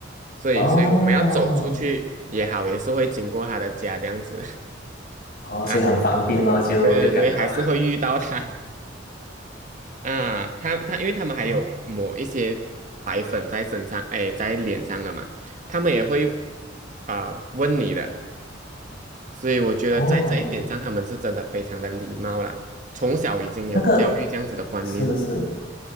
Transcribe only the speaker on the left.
哦，
哦，所以很方便哦，
就就刚好。
哦，
哦，
那个是是，